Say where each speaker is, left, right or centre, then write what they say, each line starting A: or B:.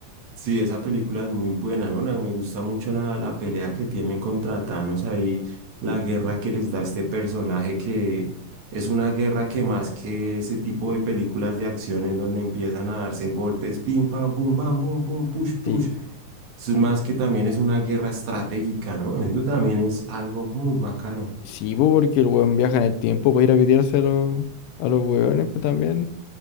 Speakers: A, on the right; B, on the left.
A: Sí, esa película es muy buena, ¿no? La- Me gusta mucho la, la pelea que tienen contra Thanos ahí, la guerra que les da este personaje que es una guerra que más que ese tipo de películas de acción en donde empiezan a darse golpes, pim, pam, pum, pam, pum, pum, push, push.
B: Sí,
A: Eso es más que también es una guerra estratégica, ¿no? Eso también es algo muy bacano.
B: sí, po, porque el weón viaja en el tiempo para ir a pitearse a los, a los weones, pues también.